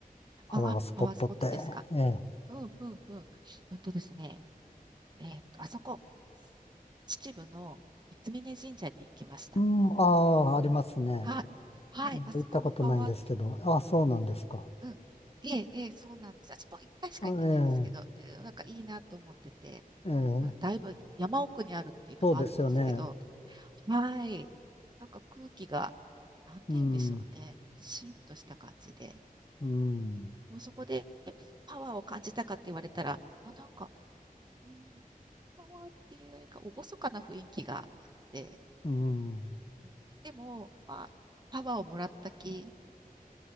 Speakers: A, on the left; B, on the right.
A: パワースポットって。
B: ああ、パワースポットですか。
A: ええ、
B: うんうんうん。うんとですね、えーっと、あそこ、秩父の三峯神社に行きました。
A: うん、ああ、
B: うん、
A: ありますね。
B: はい、はい、
A: あの行ったことないんですけど、
B: あそこもパワース、
A: ああ、そうなんですか。
B: うん、ええ、ええ、そうなんです。私も一回しか行ってないんですけど、
A: あ
B: うんなんかいいなと思ってて、
A: ええ、ええ、
B: まあ、だいぶ山奥にあるっていうのもあるんですけど、
A: そうですよね。
B: はい。なんか空気が、なんて言うんでしょうね。
A: うん、う
B: シンとした感じで。
A: ん、
B: もうそこでパワーを感じたかって言われたら、あ、なんか、うん、パワーっていうよりか、厳かな雰囲気があって、
A: うん、
B: うん、でも、まあ、パワーをもらった気、